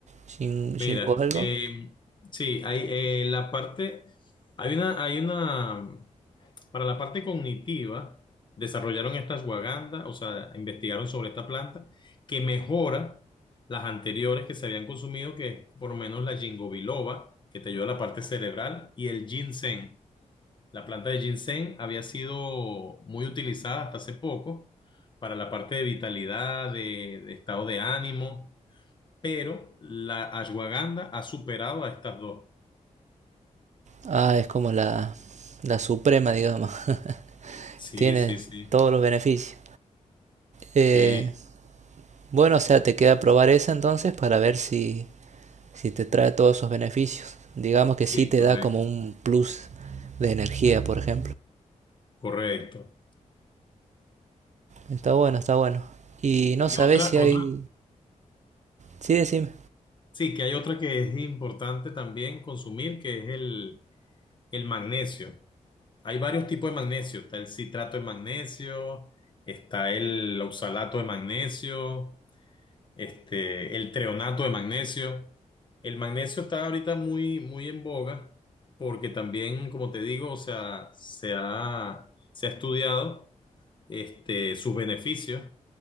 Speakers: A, on the right (about 60°); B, on the left (about 35°).
A: ¿Shin-
B: Mira,
A: ¿Shingo algo?
B: eh, sí, hay eh, la parte, hay una, hay una, para la parte cognitiva, desarrollaron esta ashwagandha, o sea, investigaron sobre esta planta que mejora las anteriores que se habían consumido, que es por lo menos la ginkgo biloba, que te ayuda a la parte cerebral, y el ginseng La planta de ginseng había sido muy utilizada hasta hace poco para la parte de vitalidad, de, de estado de ánimo, pero la ashwagandha ha superado a estas dos.
A: Ah, es como la, la suprema, digamos. <laughs>
B: Sí,
A: Tiene
B: sí, sí,
A: todos los beneficios. Eh,
B: sí,
A: bueno, o sea, te queda probar esa entonces para ver si, si te trae todos esos beneficios. Digamos que
B: sí,
A: sí te
B: correcto,
A: da como un plus de energía, por ejemplo.
B: correcto.
A: Está bueno, está bueno. Y no
B: Y
A: sabes
B: otra,
A: si hay...
B: otra,
A: Sí, decime.
B: sí, que hay otra que es importante también consumir, que es el, el magnesio. Hay varios tipos de magnesio, está el citrato de magnesio, está el oxalato de magnesio. este, el treonato de magnesio. El magnesio está ahorita muy, muy en boga porque también, como te digo, o sea, se ha, se ha estudiado este, sus beneficios